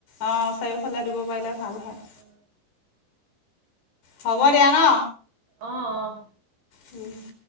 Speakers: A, on the left; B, on the right.
A: অঁ চাৰিওফালে দিব পাৰিলে ভাল হয়।
B: অ
A: হ'ব দিয়া ন।
B: অঁ অঁ।
A: উম